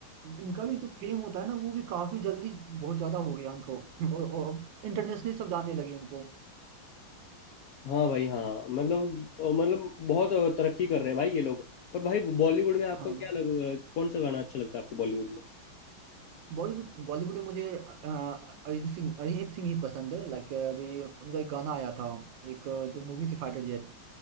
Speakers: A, on the right; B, on the left.
A: इनका भी जो फेम होता है ना वो भी काफी जल्दी बहुत ज्यादा हो गया इनको और, और इंटरनेशनली सब जानने लगे इनको
B: हाँ भाई हाँ मतलब अ, मतलब बहुत अ, तरक्की कर रहे हैं भाई ये लोग पर भाई बॉलीवुड में आपका
A: हाँ
B: क्या लग कौन सा गाना अच्छा लगता है आपको बॉलीवुड में
A: बॉलीवुड बॉलीवुड में मुझे अ, अरिजीत सिंह अरिजीत सिंह ही पसंद है लाइक अभी उनका एक गाना आया था एक अ, जो मूवी थी फाइटर जेट